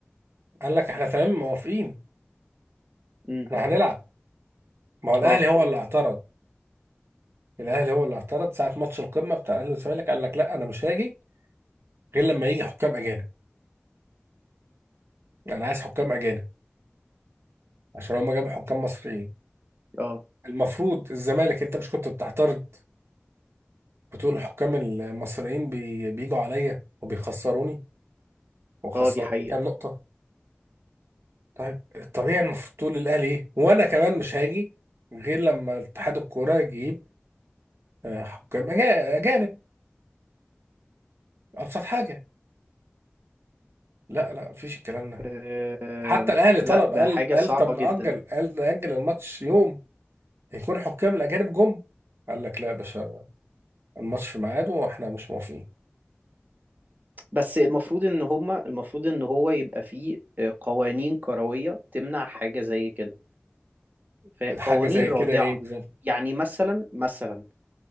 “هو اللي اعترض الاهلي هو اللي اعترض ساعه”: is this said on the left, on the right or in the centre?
Right